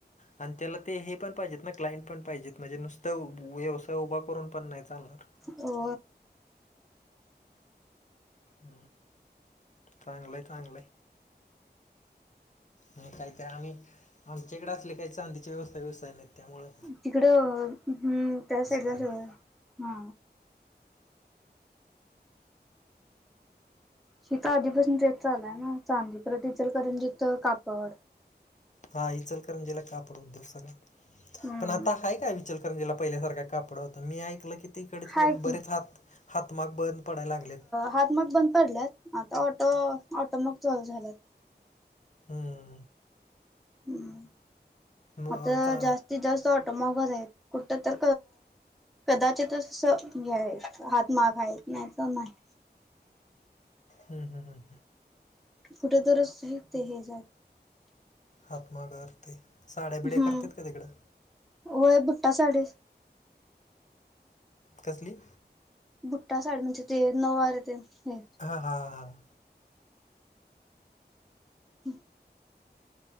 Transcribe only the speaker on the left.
आणि त्याला ते हे पण पाहिजेत ना क्लाइंट पण पाहिजेत म्हणजे नुसतं व्यवसाय उभा करून पण नाही चालणार
ह चांगलंय चांगलंय आणि काहीतरी आम्ही आमच्याकडे असले काही चांदीची व्यवसाय बिव्यवसाय नाहीत त्यामुळे
सगळी
हा इचलकरंजीला कापडउद्योग सगळा
पण आता हाय काय इचल इचलकरंजीला पहिल्यासारख कापडंत मी ऐकलं की तिकडेच
बरेच
हात हातमाग बंद पडायला लागलेत.
हम्.
म
चा
हम् हम हम हम.
हात मागाया आलते, साड्या बिड्या
करत्यात का तिकडं.
कसली?
हा हा हां.